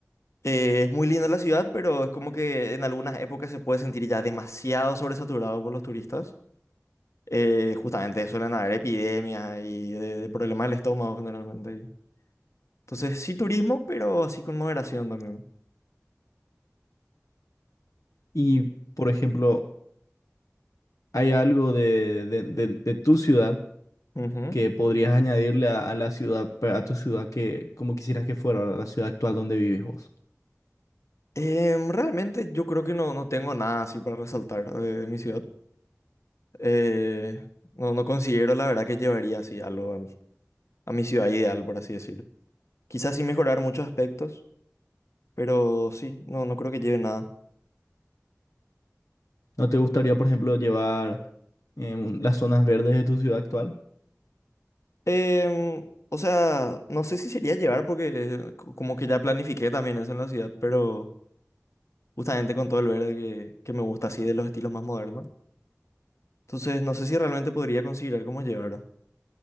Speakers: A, on the left; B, on the left.
A: eh, es muy linda la ciudad, pero es como que en algunas épocas se puede sentir ya demasiado sobresaturado por los turistas. Eh, justamente suelen haber epidemias y de, de problemas del estómago generalmente. Entonces sí turismo, pero así con moderación también.
B: Y, por ejemplo, ¿hay algo de, de- de- de tu ciudad
A: Ujú.
B: que podrías añadirle a, a la ciudad, a tu ciudad que, como quisieras que fuera, ¿verdad? La ciudad actual donde vives vos?
A: Em, realmente yo creo que no, no tengo nada así para resaltar de, de mi ciudad. Eh, no, no considero la verdad que llevaría así algo al- a mi ciudad ideal, por así decirlo. Quizás sí mejorar muchos aspectos, pero sí, no, no creo que lleve nada.
B: ¿No te gustaría, por ejemplo, llevar eh, un- las zonas verdes de tu ciudad actual?
A: Em, o sea, no sé si sería llevar porque eh, co- como que ya planifiqué también eso en la ciudad, pero justamente con todo el verde que, que me gusta así de los estilos más modernos. Entonces no sé si realmente podría considerar como llevar.